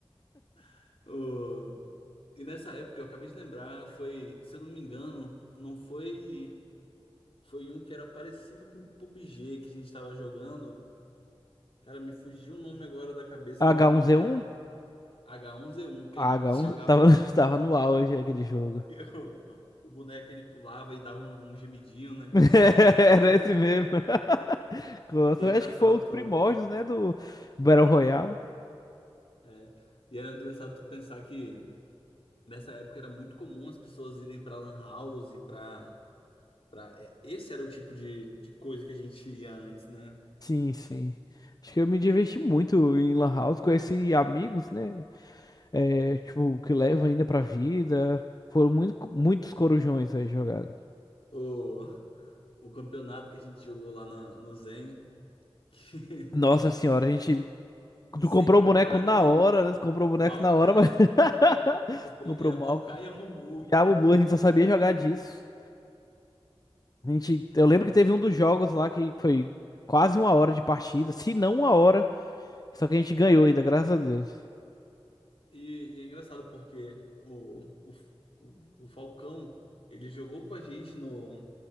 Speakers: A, on the left; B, on the left.
A: <laughs> o- E nessa época, eu acabei de lembrar, foi, se eu não me engano, não foi. Foi um que era parecido com o PUBG que a gente tava jogando. Cara, me fugiu o nome agora da cabeça, mas
B: H1Z1?
A: eu lembro que era um H1Z1 que
B: Ah,
A: a gente
B: H1
A: <laughs> jogava.
B: tava, <laughs> tava no auge aquele jogo.
A: E o, o boneco ele pulava e dava um, um gemidinho, né?
B: <laughs> Era
A: <laughs>
B: esse mesmo. <laughs> Contra.
A: E é engraçado
B: Acho que foi os
A: tu.
B: primórdios, né, do Battle Royale.
A: é. E era muito engraçado tu pensar que nessa época era muito comum as pessoas irem pra Lan House, pra. pra é, esse era o tipo de, de coisa que a gente ia antes, né?
B: Sim, sim. Acho que eu me diverti muito em Lan House, conheci amigos, né? É, tipo, que levam ainda pra vida. Foram muito, muitos corujões aí jogados.
A: O, o campeonato que a gente jogou lá na- no Zen. <laughs>
B: Nossa senhora, a gente Tu
A: sem
B: comprou
A: preparo
B: o boneco na
A: nenhum.
B: hora, né? Tu comprou o boneco
A: Maokai.
B: na hora, mas <laughs>
A: Comprei,
B: comprou
A: era
B: mal.
A: Maokai e a Mumu.
B: Diabo
A: <laughs>
B: Mu, a gente só sabia jogar disso. A gente, eu lembro
A: O-
B: que teve um dos jogos lá que foi quase uma hora de partida, se não uma hora, só que a gente ganhou ainda, graças a Deus.
A: E, e é engraçado porque o, o, o, o Falcão, ele jogou com a gente no,